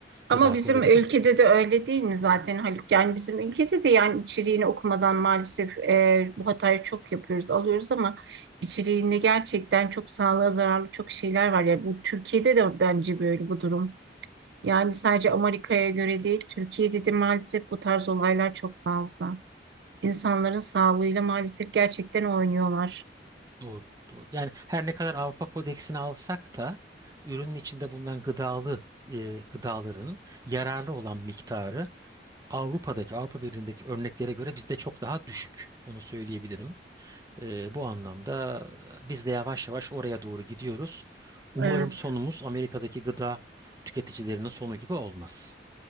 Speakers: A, on the right (about 20°); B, on the right (about 75°).
A: Gıda
B: Ama bizim
A: Kodeksi.
B: ülkede de öyle değil mi zaten Haluk? Yani bizim ülkede de yani içeriğini okumadan maalesef e, bu hatayı çok yapıyoruz, alıyoruz ama içeriğinde gerçekten çok sağlığa zararlı çok şeyler var. Yani bu Türkiye'de de bence böyle bu durum. Yani sadece Amerika'ya göre değil, Türkiye'de de maalesef bu tarz olaylar çok fazla. İnsanların sağlığıyla maalesef gerçekten oynuyorlar.
A: Doğru, doğru. Yani her ne kadar Avrupa Kodeksini alsak da ürünün içinde bulunan gıdalı e, gıdaların yararlı olan miktarı Avrupa'daki Avrupa Birliği'ndeki örneklere göre bizde çok daha düşük. Onu söyleyebilirim. Ee, bu anlamda biz de yavaş yavaş oraya doğru gidiyoruz. Umarım
B: Evet.
A: sonumuz Amerika'daki gıda tüketicilerinin sonu gibi olmaz.